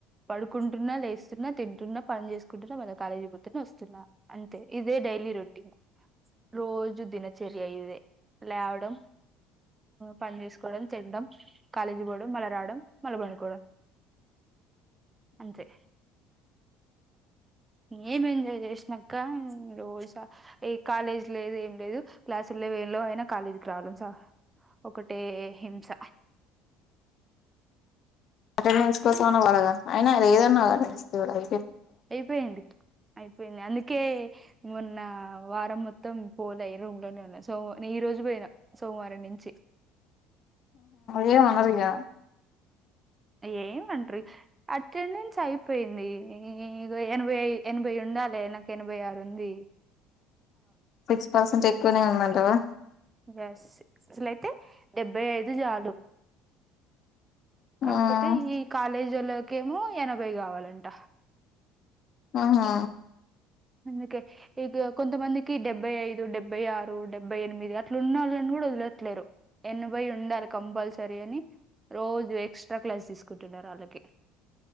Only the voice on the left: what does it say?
అటెండెన్స్ కోసం అన్న వాళగా అయినా లేదన్నా అ
ఏ అనరిగా
సిక్స్ పర్సెంట్ ఎక్కువనే ఉందండవా
ఉమ్
అవునా